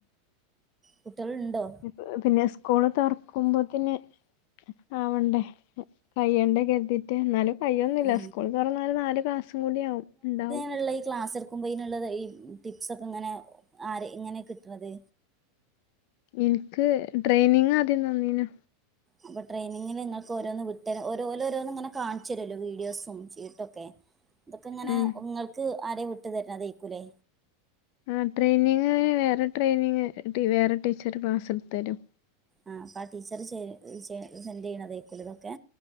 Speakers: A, on the right; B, on the left.
A: കുട്ട്യേള്ണ്ടോ?
B: ഇഞ്ഞ്പ്പ പിന്നെ സ്കൂള് തൊറക്കുമ്പോത്തിന് ആവണ്ടേ. കയ്യണ്ടെ കര്തിയിട്ട് ഇന്നാലും കയ്യൊന്നുല്ല
A: ആ
B: സ്കൂള് തൊറന്നാലും നാല് ക്ലാസും കൂട്യാവും ഇണ്ടാവും
A: ഇപ്പള്ള ഈ ക്ലാസ്സ് ക്കുമ്പയിന്ള്ളതെ ഈ ടിപ്സൊക്കെ ഇങ്ങനെ ആര് ഇങ്ങനെ ആരെ ഇങ്ങനെ കിട്ട്ണത്.
B: എനിക്ക് ട്രെയിനിങ് ആദ്യം തന്നീനു
A: അപ്പോ ട്രെയിനിങ്ങിന് ഇങ്ങക്ക് ഓരോന്ന് വിട്ടെര ഓര് ഓല് ഓരോന്ന് ഇങ്ങനെ കാണിച്ചെരല്ലോ വീഡിയോസും ചീട്ടൊക്കെ ഇതൊക്കെ ഇങ്ങനെ
B: ഉം
A: ഇങ്ങൾക്ക് ആരെ വിട്ട് തര്ണതേക്കും ലേ
B: ആഹ് ട്രെയിനിങ് വേറെ ട്രെയിനിങ് വേറെ ടീച്ചറ് ക്ലാസ്ട്ത്ത് തരും.
A: ആഹ് അപ്പം ആ ടീച്ചറ് ചെ ചെ സെന്റെയ്യ്ണതേക്കും ലേ ഇതൊക്കെ.